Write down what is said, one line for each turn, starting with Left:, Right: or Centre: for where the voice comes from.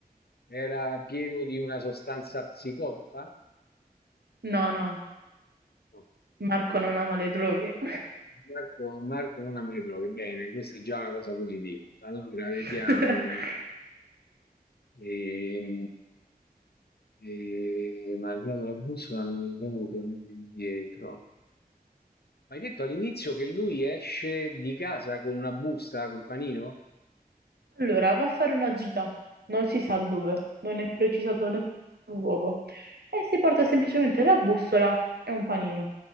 Left: era pieno di una sostanza psicotropa?
Right: No, no,
Left: No.
Right: Marco non ama le droghe.
Left: Marco Marco non ha me le droghe. Bene, questa è già una cosa positiva. Allora, vediamo.
Right: <laughs>
Left: Ehm, ehm, malgrado la bussola non è in grado di tornare indietro. Ma hai detto all'inizio che lui esce di casa con una busta col panino?
Right: Allora, va a fare una gita, non si sa dove, non è precisato nessun luogo. E si porta semplicemente la bussola e un panino,